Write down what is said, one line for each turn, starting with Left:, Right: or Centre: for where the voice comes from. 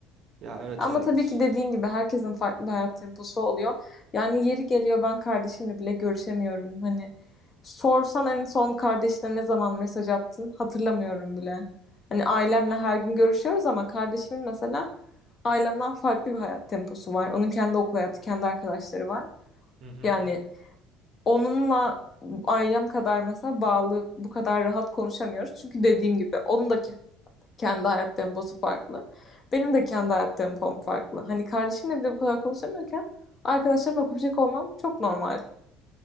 Right: Ya evet
Left: Ama
Right: evet.
Left: tabii ki dediğin gibi herkesin farklı bir hayat temposu oluyor. Yani yeri geliyor ben kardeşimle bile görüşemiyorum. Hani sorsan en son kardeşine ne zaman mesaj attın hatırlamıyorum bile. Hani ailemle her gün görüşüyoruz ama kardeşimin mesela ailemden farklı bir hayat temposu var. Onun kendi okul hayatı, kendi arkadaşları var.
Right: Hı hı.
Left: Yani onunla ailem kadar mesela bağlı bu kadar rahat konuşamıyoruz. Çünkü dediğim gibi onun da kendi hayat temposu farklı. Benim de kendi hayat tempom farklı. Hani kardeşimle bile bu kadar konuşamıyorken arkadaşlarıma kopacak olmam çok normal.